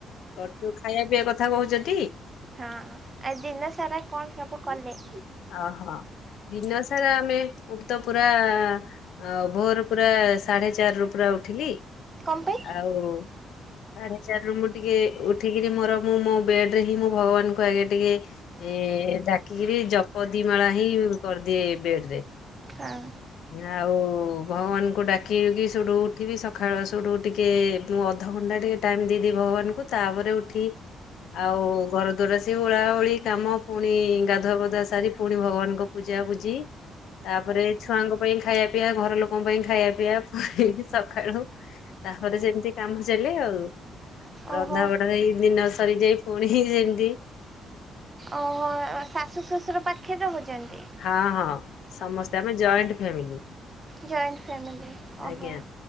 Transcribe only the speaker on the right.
ହଁ ଆ ଦିନ ସାରା କଣ ସବୁ କଲେ।
କଣ ପାଇଁ?
ହଁ।
ଓହୋ
ଓହୋ ଶାଶୁ ଶ୍ୱଶୁର ପାଖରେ ରହୁଛନ୍ତି।
ଜଏଣ୍ଟ ଫ୍ୟାମିଲି ଓହୋ।